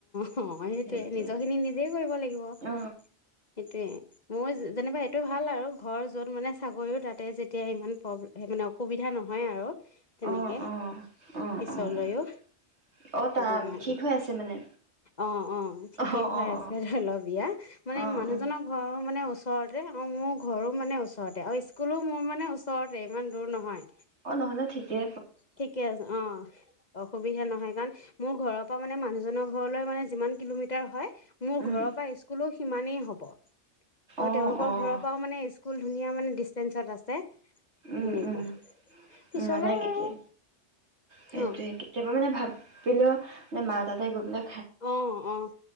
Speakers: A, on the left; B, on the right.
A: অ সেইটোয়ে,
B: সেইটোৱে
A: নিজৰ খিনি নিজেই কৰিব লাগিব
B: অ',
A: সেইটোৱে মোৰ যে - যেনিবা এইটোয়ে ভাল আৰু ঘৰ যত মানে চাকৰিও তাতে যেতিয়া ইমান প্ৰব্লে - মানে অসুবিধা নহয় আৰু।
B: অ',
A: তেনেকে
B: অ', অ',
A: পিছলৈও
B: অ', অ',
A: সেইটো
B: তাৰ
A: কাৰণে
B: ঠিক হৈ আছে মানে
A: অ অ ঠিকেই
B: অ',
A: হৈ
B: অ',
A: আছে। ধৰি লওঁ, বিয়া মানে
B: অ',
A: মানুহজনৰ
B: অ',
A: ঘৰৰ মানে চৰতে। আৰু মোৰ ঘৰো মানে ওচৰতে আৰু স্কুলো মোৰ মানে ওচৰতে, ইমান দূৰ নহয়।
B: অ', নহলে ঠিকে।
A: ঠিকে আছে অ', অসুবিধা নহয় কাৰণ মোৰ ঘৰত পা মানে মানুহজনৰ ঘৰলৈ মানে যিমান কিলোমিটাৰ হয় মোৰ
B: উম,
A: ঘৰৰ পৰা স্কুলো সিমানেই হ'ব। ত'
B: অ',
A: তেওঁলোকৰ
B: অ',
A: ঘৰৰ পৰাও মানে স্কুল ধুনীয়া মানে ডিষ্টেন্সত আছে।
B: উম,
A: সেনেকুৱা।
B: উম,
A: পিছলৈ
B: মানে কেতিয়া
A: আৰু
B: সেইটোৱে
A: অ',
B: কেতিয়াবা মানে ভাব <unintelligible> মাৰ তাতে গৈ পেলে
A: অ', অ',